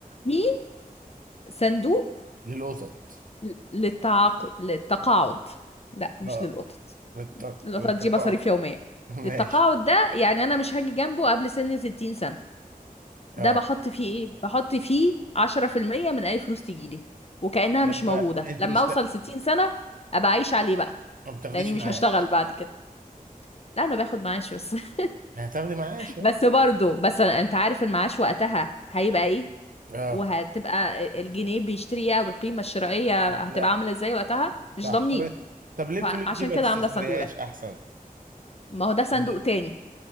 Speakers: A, on the left; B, on the right.
A: في صندوق
B: للقطط
A: ل- للتعاقد للتقاعد لا مش
B: اه
A: للقطط
B: للت-
A: القطط
B: للتقاع
A: دي مصاريف يوميه
B: <laughs>
A: للتقاعد
B: ماشي
A: ده يعني انا مش هاجي جنبه قبل سن 60 سنه ده
B: اه
A: بحط فيه ايه بحط فيه 10% من اي فلوس تجيلي وكانها
B: طب
A: مش موجوده
B: انت
A: لما
B: مش
A: اوصل
B: ت-
A: 60 سنه ابقى اعيش عليه بقى
B: ما بتاخديش
A: لاني مش
B: معاش
A: هشتغل بعد كده لا انا باخد معاش بس <laughs>
B: هتاخدي معاش اه
A: بس برضو بس انت عارف المعاش وقتها هيبقى ايه
B: اه
A: وهتبقى الجنيه بيشتري ايه والقيمة الشرائية هتبقى
B: لا
A: عاملة ازاي وقتها مش
B: صح
A: ضامنين
B: طب طب ليه الفلوس
A: فعشان
B: دي ما
A: كده
B: تستثمريهاش
A: عاملة الصندوق ده
B: احسن
A: ما هو ده صندوق
B: <laughs>
A: تاني